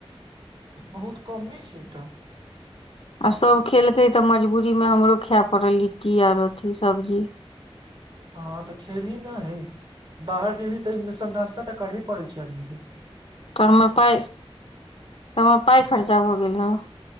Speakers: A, on the right; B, on the left.
A: बहुत कमे छै तऽ
B: आ सभ खेलकै तऽ मजबूरीमे हमरो खै पड़ल लिट्टी आर अथी सब्जी
A: हँ तऽ खेबही नय बाहर जेबही तऽ एमे सब नास्ता तऽ करहे पड़ै छै आदमीके
B: तऽ हमर पाइ तऽ हमर पाइ खर्चा भऽ गेल न